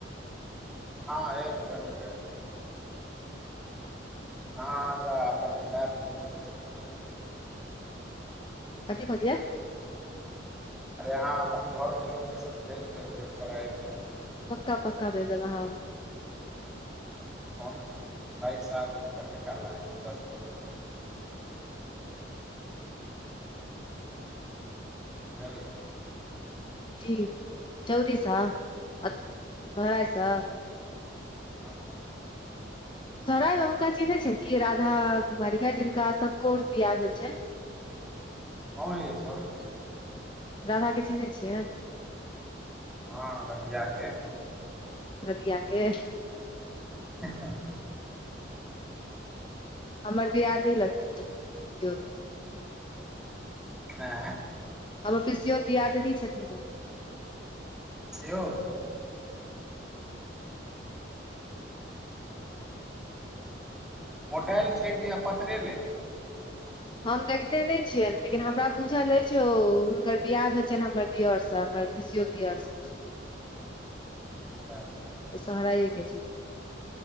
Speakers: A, in the centre; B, on the left.
A: हँ एब जरूर एब। अहाँ हमरा अपन मैपके लोकेशन भेज देब।
B: कथि कहलिये
A: अरे अहाँ अपन घरके लोकेशन भेज देब भेटकर अ आइब जेब।
B: पक्का पक्का भेजब हँ।
A: कोन अभी बइक स आबे में कते काल लागै छय दस पन्द्रह। बुझलियै।
B: जी चौड़ी स चोराइ स।
A: हँ
B: सराय मे हुनका चिन्है छइन कि राधा कुमारी जिनका संन्कोर बियाह भेल छन।
A: हँ यइ सबके चिन्हे
B: राधाके छीनहै छियै?
A: हँ रगियाके।
B: रधियाके
A: हें हें हें
B: हमर दियादनी लगथिन पिसियोत।
A: आँ।
B: हमर पिसियोत दियादिनी छथिन ओ।
A: पिसियौत? मोटाइल छै कि, आबपत्ररे ले।
B: हम देखने नहि छियनि, लेकिन हमरा बुझल अछि ओ, हुनकर बिआाह भेल छनि हमर दअरसँ। हमर पिसियोत दियर सब सँ।
A: अच्छा! अच्छा! अच्छा
B: शहराये के छैन।